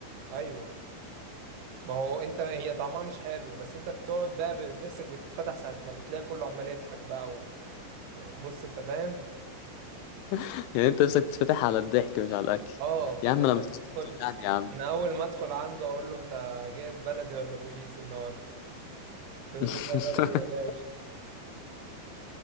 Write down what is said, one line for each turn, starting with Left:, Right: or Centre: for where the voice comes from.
Right: ايوه ما هو انت هي طعمها مش حلو بس انت بتقعد بقى ب- نفسك بتتفتح ساعة ما بتلاقي كله عمال يضحك بقى و... وبص انت فاهم
Left: <laughs> يعني انت نفسك تتفتح على الضحك مش على الاكل
Right: اه فانت
Left: يا عم
Right: بقى
Left: انا مش
Right: بتدخل
Left: هظبط انت توجعني يا عم
Right: انا اول ما ادخل عنده اقول له انت جايب بلدي ولا بوليس النهارده يقول
Left: <laughs>
Right: لي لا بلدي يا باشا